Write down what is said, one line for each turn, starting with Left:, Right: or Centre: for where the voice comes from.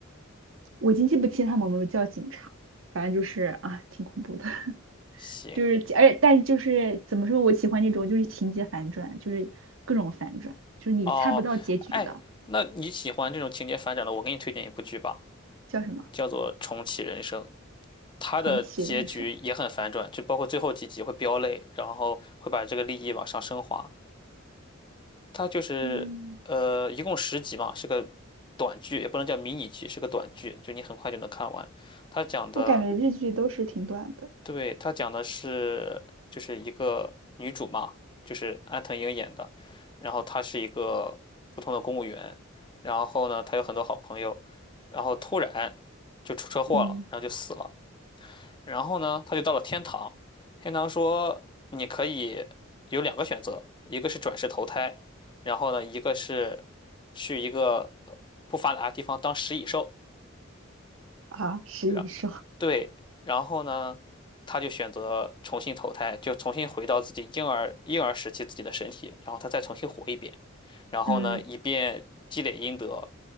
Right: 我已经记不清他们有没有叫警察，反正就是啊，挺恐怖的。
Left: 行，
Right: 就是，而且，但就是怎么说，我喜欢那种就是情节反转，就是各种反转，就是你猜不到结局的，
Left: 哦，哎，那你喜欢这种情节反转的，我给你推荐一部剧吧，
Right: 叫什么
Left: 叫做《重启人生》，它的结局也很反转，
Right: 重启人生。
Left: 就包括最后几集会飙泪，然后会把这个利益往上升华。它就是呃，
Right: 嗯，
Left: 一共十集嘛，是个短剧，也不能叫迷你剧，是个短剧，就你很快就能看完。它讲的，
Right: 我感觉日剧都是挺短的
Left: 对，它讲的是就是一个女主嘛，就是安藤樱演的，然后她是一个普通的公务员，然后呢，她有很多好朋友，然后突然就出车祸了，
Right: 嗯
Left: 然后就死了，然后呢，她就到了天堂，天堂说你可以有两个选择，一个是转世投胎，然后呢，一个是。去一个不发达的地方当食蚁兽，
Right: 啊，食蚁兽。
Left: 然
Right: <laughs>
Left: 对，然后呢，他就选择重新投胎，就重新回到自己婴儿婴儿时期自己的身体，然后他再重新活一遍，然后呢，
Right: 嗯，
Left: 以便积累阴德，